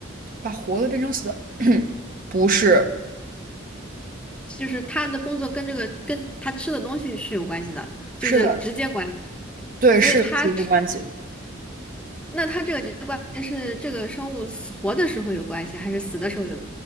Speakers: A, on the right (about 45°); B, in the centre.
A: 把活的变成死的，不是，
B: 就是它的工作跟这个跟它吃的东西是有关系的，
A: 是的，
B: 就是直接关系
A: 对，
B: 所以它
A: 是有直接关系，
B: 那它这个直接关系是这个生物死活的时候有关系，还是死的时候有